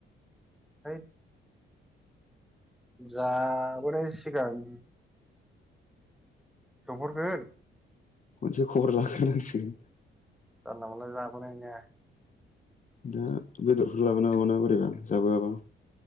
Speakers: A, in the centre; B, on the left.
A: है। जाबोनाय सिगां सोंहरग्रो।
B: खनसे खबर लाग्रोनांसिगोन।
A: नङाबालाय जाबोनाय नोङा।
B: दा बेदरफोर लाबोनो हाबानो बोरैबा जाबोआबा।